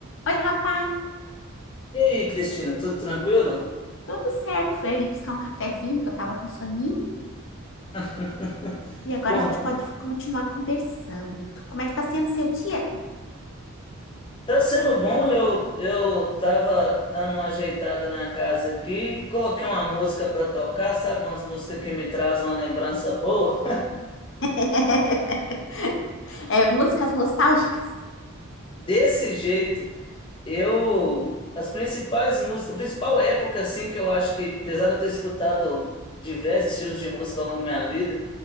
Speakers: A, on the left; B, on the left.
A: Oi, Rafa,
B: E aí, Cristina, tudo tranquilo?
A: tudo certo? Fui ali buscar um cafezinho, que eu tava com soninho,
B: <laughs>
A: e agora
B: Conta.
A: a gente pode continuar conversando. Como é que tá sendo seu dia?
B: Tá sendo bom, eu, eu tava dando uma ajeitada na casa aqui, coloquei uma música pra tocar, sabe? Umas músicas que me trazem uma lembrança boa.
A: <laughs> É, músicas nostálgicas?
B: <laughs> Desse jeito. Eu, as principais músicas, a principal época, assim, que eu acho que, apesar de eu ter escutado diversos estilos de música ao longo da minha vida,